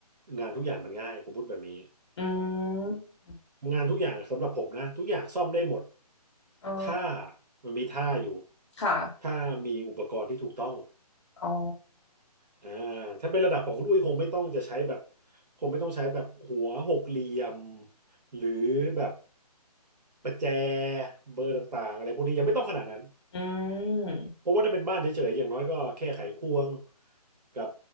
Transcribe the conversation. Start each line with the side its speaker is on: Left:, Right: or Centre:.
Right: งานทุกอย่างมันง่ายผมพูดแบบนี้
Left: อืม
Right: งานทุกอย่างสำหรับผมนะทุกอย่างซ่อมได้หมด
Left: อ๋อ
Right: ถ้ามันมีท่าอยู่
Left: ค่ะ
Right: ถ้ามีอุปกรณ์ที่ถูกต้อง
Left: อ๋อ
Right: อ่าถ้าเป็นระดับของคุณอุ้ยคงไม่ต้องจะใช้แบบคงไม่ต้องใช้แบบหัวหกเหลี่ยมหรือแบบประแจเบอร์ต่างๆอะไรพวกนี้ยังไม่ต้องขนาดนั้น
Left: อืม
Right: เพราะว่าถ้าเป็นบ้านเฉยๆอย่างน้อยก็แค่ไขควงกับ